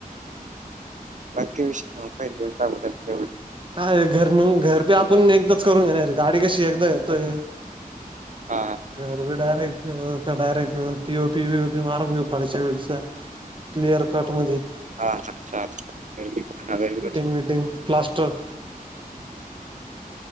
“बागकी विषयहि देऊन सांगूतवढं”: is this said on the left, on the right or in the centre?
Right